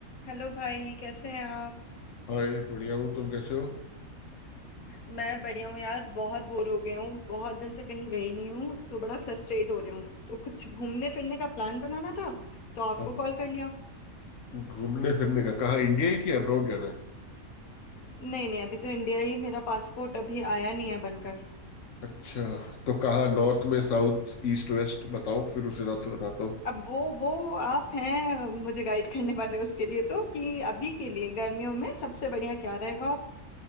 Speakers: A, on the left; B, on the left.
A: हेलो भाई कैसे हैं आप
B: हाय बढ़िया हूँ तुम कैसे हो
A: मैं बढ़िया हूँ यार बहुत बोर हो गई हूँ बहुत दिन से कहीं गई नहीं हूँ तो बड़ा फ्रस्ट्रेट हो रही हूँ तो कुछ घूमने फिरने का प्लान बनाना था तो आपको
B: हाँ।
A: कॉल कर लिया
B: घूमने फिरने का कहाँ इंडिया ही कि अब्रॉड जाना है
A: नहीं नहीं अभी तो इंडिया ही मेरा पासपोर्ट अभी आया नहीं है बनकर
B: अच्छा तो कहाँ नॉर्थ में साउथ ईस्ट वेस्ट बताओ फिर उस हिसाब से बताता हूँ
A: अब वो वो आप हैं मुझे गाइड करने वाले उसके लिए तो कि अभी के लिए गर्मियों में सबसे बढ़िया क्या रहेगा